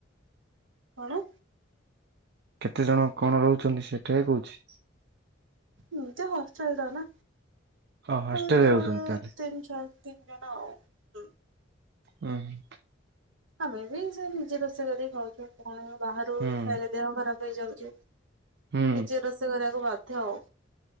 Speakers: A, on the right (about 80°); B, on the right (about 60°).
A: କଣ?
B: କେତେ ଜଣ କଣ ରହୁଛନ୍ତି ସେଟା ହି କହୁଛି।
A: ଏମତି ହଷ୍ଟେଲ ଟା ନା।
B: ଓ ହଷ୍ଟେଲରେ
A: ଆଉ ଜମା
B: ରହୁଛନ୍ତି ତାହେଲେ
A: ତିନ ଚାର ତିନ ଜଣ ଆଉ ହୁଁ।
B: ହୁଁ ହୁଁ।
A: ଆମେ ବି ସେଇ ନିଜେ ରୋଷେଇ କରିକି ଖାଉଛୁ କଣ ବାହାରୁ
B: ହୁଁ।
A: ଖାଇଲେ ଦେହ ଖରାପ ହେଇଯାଉଛି।
B: ହୁଁ
A: ନିଜେ ରୋଷେଇ କରିଆକୁ ବାଧ୍ୟ ଆଉ।